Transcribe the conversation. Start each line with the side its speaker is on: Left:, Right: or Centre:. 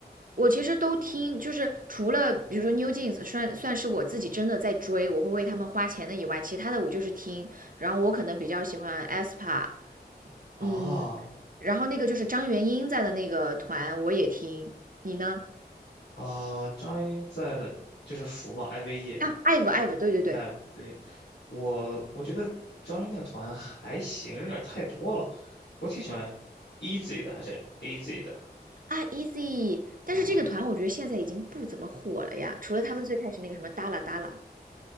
Right: 我其实都听，就是除了比如说 New Jeans 算算是我自己真的在追，我会为他们花钱的以外，其他的我就是听。然后我可能比较喜欢 aespa，
Left: 啊
Right: 嗯，然后那个就是张元英在的那个团我也听。你呢？
Left: 啊，张英在的就是福嘛，IVE。
Right: 啊，IVE IVE，对对对，
Left: 哎，对我我觉得张英那个团还行，有点太多了。我挺喜欢 e a s y 的，还是 AZ 的
Right: 啊 Easy。
Left: 啊？
Right: 但是这个团我觉得现在已经不怎么火了呀，除了他们最开始那个什么哒啦哒啦，